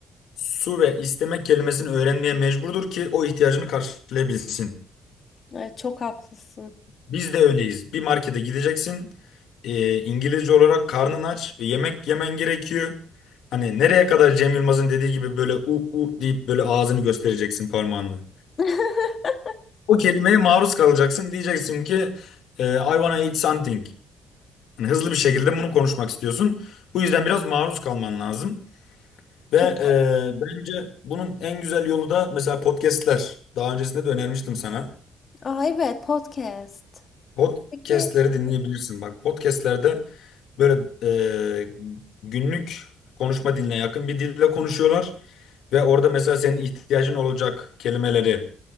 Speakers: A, on the left; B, on the left.
A: su ve istemek kelimesini öğrenmeye mecburdur ki o ihtiyacını karşılayabilsin.
B: Evet, çok haklısın.
A: Biz de öyleyiz. Bir markete gideceksin. Ee, İngilizce olarak karnın aç ve yemek yemen gerekiyor. Hani nereye kadar Cem Yılmaz'ın dediği gibi böyle u u deyip böyle ağzını göstereceksin parmağınla.
B: <laughs>
A: O kelimeye maruz kalacaksın. Diyeceksin ki e, I wanna eat something. Yani hızlı bir şekilde bunu konuşmak istiyorsun. Bu yüzden biraz maruz kalman lazım. Ve
B: Çok
A: e,
B: haklısın.
A: bence bunun en güzel yolu da mesela podcastler. Daha öncesinde de önermiştim sana.
B: Aa evet podcast.
A: Podcast'leri
B: Peki
A: dinleyebilirsin. Bak podcast'lerde böyle e, günlük konuşma diline yakın bir dille konuşuyorlar ve orada mesela senin ihtiyacın olacak kelimeleri